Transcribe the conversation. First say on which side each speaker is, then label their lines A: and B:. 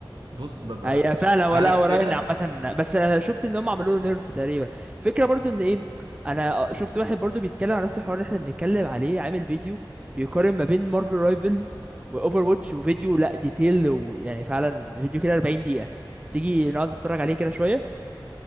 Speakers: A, on the right; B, on the right.
A: بص ببقى
B: هي فعلا ولا
A: عارف
B: اوراين
A: كده
B: عامه بس أنا شفت ان هم عملوا له نيرف تقريبا فكره برضو ان ايه انا شفت واحد برضو بيتكلم عن نفس الحوار اللي احنا بنتكلم عليه عامل فيديو بيقارن ما بين مارفل رايفلز واوفر واتش وفيديو لا ديتيل ويعني فعلا فيديو كده 40 دقيقه تيجي نقعد نتفرج عليه كده شويه